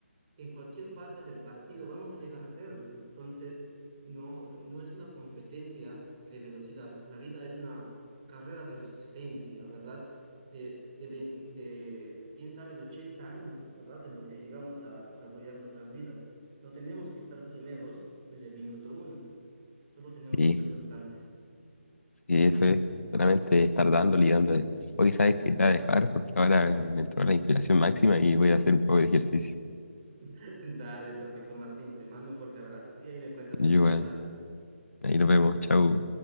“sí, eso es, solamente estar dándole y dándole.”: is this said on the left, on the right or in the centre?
Left